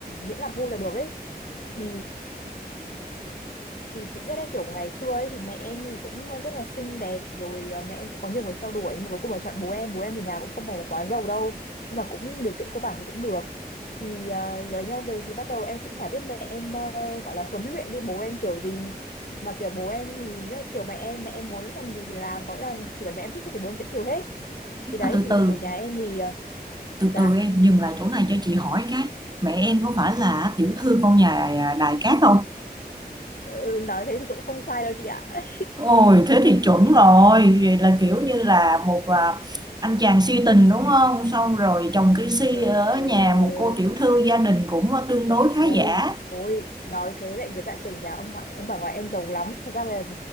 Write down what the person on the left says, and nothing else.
miễn là vui là được ấy. Thì Thì chị biết đấy kiểu ngày xưa ấy thì mẹ em thì cũng rất là xinh đẹp rồi ờ, mẹ em cũng có nhiều người theo đuổi nhưng mà cuối cùng là chọn bố em bố em thì nhà cũng không phải là quá giàu đâu nhưng mà cũng điều kiện cơ bản thì cũng được thì uh, lấy nhau về thì bắt đầu em cũng chả biết mẹ em ờ, gọi là huấn luyện đi bố em kiểu gì mà kiểu bố em thì rất là chiều mẹ em mẹ em muốn làm gì thì làm có nghĩa là chỉ cần mẹ em thích thôi thì bố em sẽ chiều hết
thì đấy
thì
ở nhà em thì ờ,
dạ
ừ, nói thế thì cũng không sai đâu chị ạ <laughs>
Ừ,
tôi
tôi nói thế lại người ta tưởng nhà ông ngoại ông bà ngoại em giàu lắm thật ra là ừ,